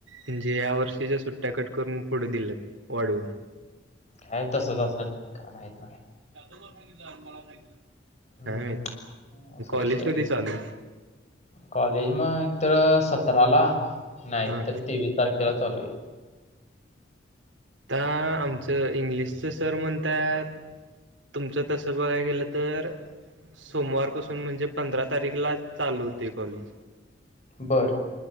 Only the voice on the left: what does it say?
काय तस चल का माहित
हम्म.
असा
विषय आहे
रे
तो. कॉलेज मग एक तर सतराला नाही
तर तेवीस तारखे... त्याला चालवी...
बरं...